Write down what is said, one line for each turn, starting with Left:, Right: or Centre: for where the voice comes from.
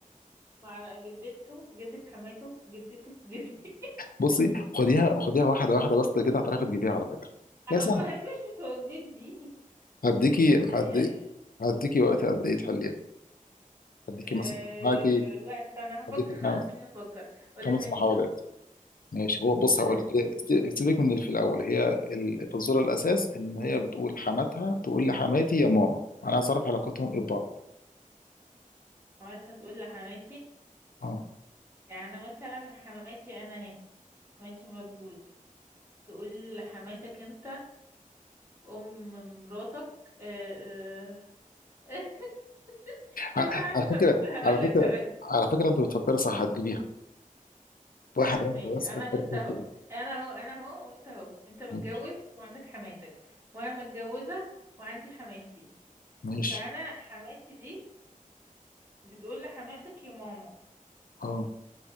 Right: مع جدته جدة حماته جدته جدتي
Left: بصي خديها خديها واحده واحده بس كده هتعرفي تجيبيها على فكره
Right: <laughs> انا
Left: هي سهله
Right: ما بحبش الفوازير دي
Left: هديكي
Right: اللي
Left: هدي
Right: هي
Left: هديكي وقت قد ايه تحليها هديكي
Right: أه...
Left: مثلا معاكي
Right: لا استنى هفكر
Left: هديكي
Right: خلاص
Left: خمس
Right: سيبني افكر قولها
Left: خمس
Right: تاني
Left: محاولات
Right: كده
Left: ماشي هو بص
Right: قولها
Left: هقول
Right: تاني
Left: لك سيبك من اللي في الاول هي ال- الفزوره الاساس ان هي بتقول حماتها تقول لحماتي يا ماما انا عايز اعرف علاقتهم ايه ببعض
Right: اوقات هتقول لحماتي
Left: اه
Right: يعني مثلا حماتي انا اهي حماتي مرات جوزي تقول لحماتك انت ام مراتك آه، آه. <laughs> مش
Left: ع-
Right: عارفه
Left: على فكره
Right: بس هقول
Left: على فكره
Right: لك هقول لك
Left: على فكره انت بتفكر صح هتجيبيها واحده
Right: آه ماشي
Left: واحده بس
Right: انا
Left: فكرت
Right: وانت
Left: فيها
Right: اهو
Left: كده
Right: انا اهو انا اهو وانت اهو انت متجوز
Left: ماشي
Right: وعندك حماتك وانا متجوزه وعندي حماتي
Left: ماشي.
Right: فانا حماتي دي بتقول لحماتك يا ماما
Left: اه